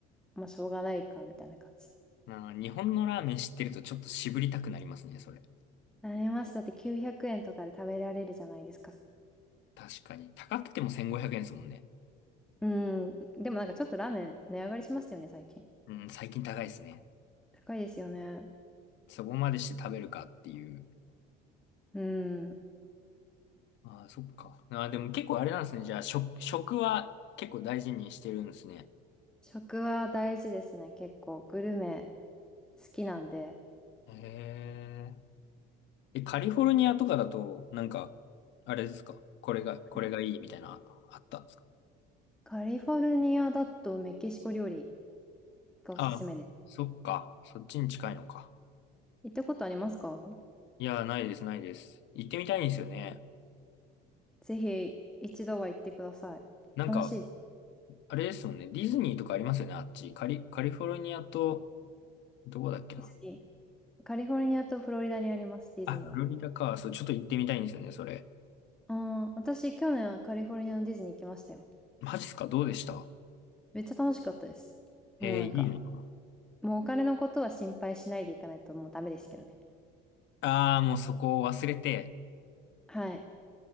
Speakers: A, in the centre; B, on the left.
A: まあ、しょうがないか、みたいな感じ。
B: な日本のラーメン知ってるとちょっと渋りたくなりますね、それ。
A: なります。だって900円とかで食べられるじゃないですか。
B: 確かに。高くても1500円ですもんね。
A: うん。でもなんかちょっとラーメン値上がりしましたよね、最近。
B: うん、最近高いですね。
A: 高いですよね。
B: そこまでして食べるかっていう。
A: うん。
B: ああ、そっか。ああ、でも結構あれなんですね。じゃあ、食、食は結構大事にしてるんですね。
A: 食は大事ですね、結構。グルメ好きなんで。
B: へえ。え、カリフォルニアとかだと、なんか、あれですかこれが、
A: はい
B: これがいいみたいな、あったんですか
A: カリフォルニアだとメキシコ料理がおすすめです。
B: あ、そっか。そっちに近いのか。
A: 行ったことありますか
B: いや、ないです、ないです。行ってみたいんですよね。
A: ぜひ一度は行ってください。
B: なんか、
A: 楽しいです。
B: あれですもんね。ディズニーとかありますよね、あっち。カリ、カリフォルニアと、どこだっけな。
A: ディズニー。カリフォルニアとフロリダにあります、ディズニーは。
B: あ、フロリダか。そう、ちょっと行ってみたいんですよね、それ。
A: ああ、私去年はカリフォルニアのディズニー行きましたよ。
B: マジっすかどうでした
A: めっちゃ楽しかったです。もうなんか、
B: えー、いいの
A: もうお金のことは心配しないでいかないともうダメですけどね。
B: ああー、もうそこを忘れて、
A: はい。